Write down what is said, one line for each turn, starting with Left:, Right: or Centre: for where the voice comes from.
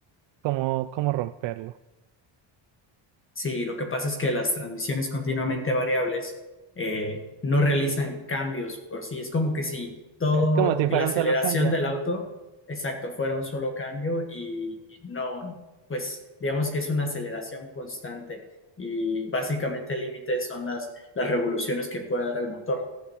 Right: ¿Cómo, cómo romperlo?
Left: Sí, lo que pasa es que las transmisiones continuamente variables eh, no realizan cambios por sí. Es como que si todo,
Right: Es como si fuera
Left: la aceleración
Right: un solo cambio.
Left: del auto, exacto, fuera un solo cambio y, y no, pues digamos que es una aceleración constante y básicamente el límite son las, las revoluciones que puede dar el motor